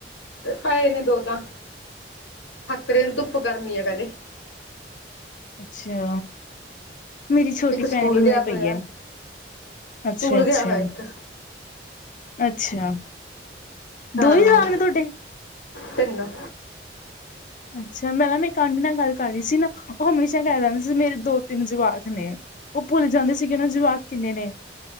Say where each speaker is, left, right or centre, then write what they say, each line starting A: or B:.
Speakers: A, on the left; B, on the left.
A: ਪਏ ਨੇ ਦੋ ਤਾਂ ਥੱਕ ਰੇ ਨੂੰ ਧੁੱਪ ਗਰਮੀ ਆ ਕਹਿੰਦੇ।
B: ਅੱਛਾ। ਮੇਰੀ ਛੋਟੀ
A: ਇੱਕ
B: ਭੈਣ
A: ਸਕੂਲ
B: ਵੀ ਹੁਣੇ
A: ਗਿਆ
B: ਪਈ
A: ਹੋਇਆ
B: ਹੈ, ਅੱਛਾ
A: ਸਕੂਲ
B: ਅੱਛਾ।
A: ਗਿਆ ਹੋਇਆ ਇੱਕ
B: ਅੱਛਾ-
A: ਹਾਂ
B: ਦੋ ਹੀ ਜਵਾਕ ਨੇ ਤੁਹਾਡੇ
A: ਤਿੰਨ-
B: ਅੱਛਾ ਮੈਂ ਨਾ ਮੈਂ ਇੱਕ ਆਂਟੀ ਨਾਲ ਗੱਲ ਕਰ ਰਹੀ ਸੀ ਨਾ ਉਹ ਹਮੇਸ਼ਾ ਕਹਿ ਦਿੰਦੇ ਸੀ ਮੇਰੇ ਨਾ ਦੋ ਤਿੰਨ ਜਵਾਕ ਨੇ- ਉਹ ਭੁੱਲ ਜਾਂਦੇ ਸੀਗੇ ਨਾਂ ਜਵਾਕ ਕਿੰਨੇ ਨੇ-